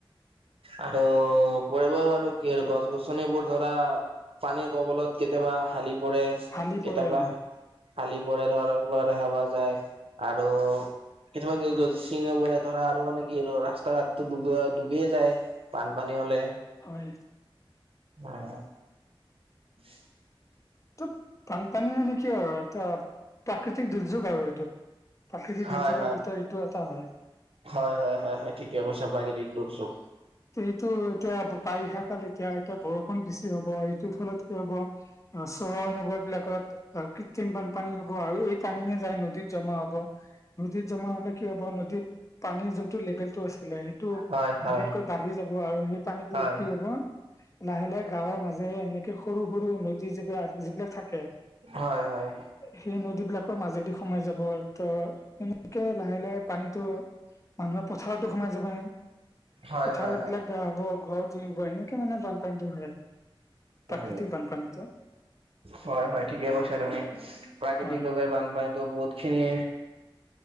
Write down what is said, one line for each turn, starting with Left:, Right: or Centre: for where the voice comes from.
Right: আৰু কৰিব আৰু কি আৰু গছ গছনিবোৰ ধৰা পানীৰ কবলত কেতিয়াবা হালি পৰে
Left: হালি
Right: কেতিয়াবা
Left: পৰে অ
Right: হালি পৰা <unintelligible> পৰা দেখা পোৱা যায়, আৰু কেতিয়াবা <unintelligible> পৰে ধৰা আৰু মানে কি আৰু ৰাস্তা ঘাটটো ডুব বিয়ে যায় বানপানী হ'লে।
Left: হয়।
Right: অ' অ'। <unintelligible>
Left: ত' বানপানী মানে কি আৰু এটা প্ৰাকৃতিক দুৰ্যোগ আৰু এইটো। প্ৰাকৃতিক
Right: হয়
Left: দুৰ্যোগৰ ভিতৰত এইটো এটা হয়।
Right: হয় হয় হয় হয় ঠিকে কৈছা প্ৰাকৃতিক দুৰ্যোগ।
Left: এইটো এতিয়া বা-বাৰিষা কাল এতিয়া এতিয়া বৰষুণ বেছি হ'ব, এইটোৰ ফলত কি হ'ব অ' চহৰ নগৰ বিলাকত কৃত্ৰিম বানপানী হ'ব, আৰু এই পানীয়ে যায় নদীত জমা হব। নদীত জমা হ'লে কি হ'ব নদীত পানীৰ যোনটো লেভেলটো আছিলে সেইটো
Right: হয় হয়।
Left: আগতকৈ বাঢ়ি যাব, আৰু সেই পানী বিলাকে
Right: হয়
Left: কি হ'ব লাহে লাহে গাঁৱৰ মাজেৰে এনে কে সৰু সৰু নদী যিবিলাক যিবিলাক থাকে
Right: হয় হয় হয়
Left: সেই নদীবিলাকৰ মাজেদি সোমাই যাব, ত' এনেকে লাহে লাহে পানীতো মানুহৰ পথাৰতো সোমাই যাব
Right: হয়
Left: পথাৰতবিলাক
Right: হয় হয়
Left: বেয়া হ'ব, ঘৰত জুৰিব, এনেকে মানে বানপানীটো হয়। প্ৰাকৃতিক
Right: উম
Left: বানপানীটো
Right: হয় হয় ঠিকে কৈছা তুমি, প্ৰাকৃতিক
Left: হয়
Right: ভাৱে বানপানীতো বহুত খিনি